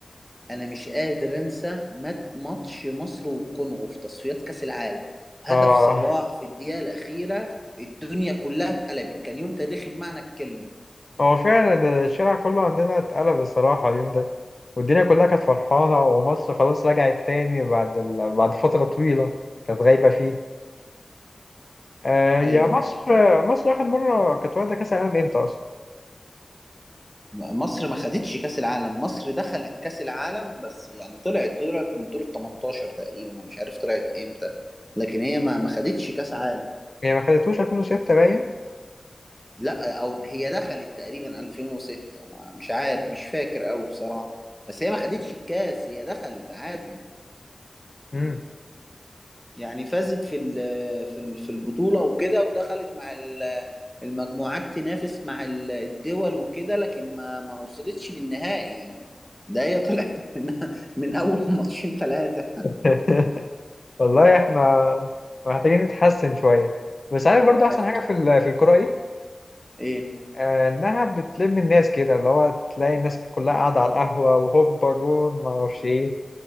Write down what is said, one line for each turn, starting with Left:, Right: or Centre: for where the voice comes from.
Centre: انا مش قادر انسى مات- ماتش مصر والكونغو في تصفيات كاس العالم هدف
Left: اه
Centre: صلاح في الدقيقه الاخيره الدنيا كلها اتقلبت كان يوم تاريخي بمعنى الكلمه
Left: هو فعلا الشارع كله عندنا اتقلب الصراحة اليوم ده والدنيا كلها كانت فرحانة ومصر خلاص رجعت تاني بعد ال... بعد فترة طويلة كانت غايبة فيه آه يا
Centre: ايوه
Left: مصر مصر آخر مرة كانت واخدة كأس العالم امتى أصلا؟
Centre: مصر ما خدتش كاس العالم مصر دخلت كاس العالم بس يعني طلعت دور من دور ال 18 تقريبا انا مش عارف طلعت امتى لكن هي ما ما خدتش كاس عالم
Left: هي ما خدتوش 2006 باين؟
Centre: لا او هي دخلت تقريبا 2006 ما- مش عارف مش فاكر قوي بصراحه بس هي ما خدتش الكاس هي دخلت عادي
Left: مم.
Centre: يعني فازت في ال- في ال- في البطولة وكده ودخلت مع ال- المجموعات تنافس مع ال- الدول وكده لكن ما ما وصلتش للنهائي ده هي طلعت <laughs> من من اول ماتشين ثلاثة
Left: <laughs> والله احنا محتاجين نتحسن شوية بس عارف برضو أحسن
Centre: ايوه
Left: حاجة في ال- في الكورة إيه؟
Centre: ايه
Left: آه، إنها بتلم الناس كده اللي هو تلاقي الناس كلها قاعدة على القهوة وهوبا جون ما أعرفش إيه